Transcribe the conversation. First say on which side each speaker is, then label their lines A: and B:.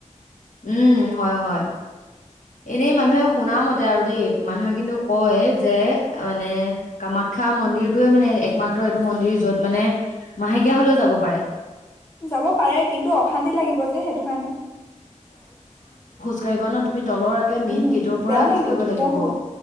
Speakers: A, on the left; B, on the left.
A: উম, হয়, হয়। এনেই মানুহে শুনা মতে আৰু দেই। মানুহে কিন্তু কয় যে মানে কামাখ্যা মন্দিৰটোৱেই মানে একমাত্ৰ এইটো মন্দিৰ যত মানে মাহেকীয়া হ'লেও যাব পাৰে।
B: যাব পাৰে। কিন্তু অশান্তি লাগিব যে সেইটো কাৰণে।
A: <unintelligible> না তুমি তলৰ একে মেইন
B: উম
A: গেটৰ পৰা
B: বেয়া
A: খোজ কাঢ়িব
B: দিগদাৰ
A: লাগিব।
B: হ'ব